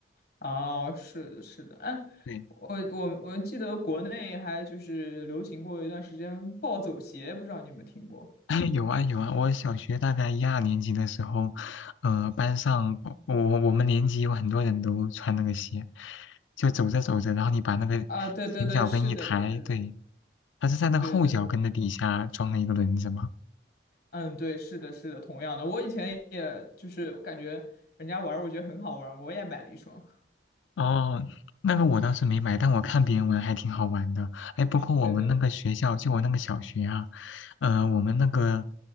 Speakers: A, on the left (about 55°); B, on the left (about 75°).
A: 哦，是的是的，哎，
B: 对。
A: 我我我记得国内还就是流行过一段时间暴走鞋，不知道你有没有听过？
B: <laughs> 哎，有啊有啊，我小学大概一二年级的时候，呃，班上我我我们年级有很多人都穿那个鞋，就走着走着，然后你把那个前脚跟一抬，
A: 啊，对对对，是的，是的，
B: 对，它是在那个后脚跟的底下装了一个轮子嘛。
A: 对对。嗯，对，是的，是的，同样的，我以前也就是我感觉人家玩儿，我觉得很好玩儿，我也买了一双。
B: 哦，那个我倒是没买，但我看别人玩还挺好玩的。哎，包括我们那个学校，
A: <laughs> 对的，
B: 就我那个小学啊，呃，我们那个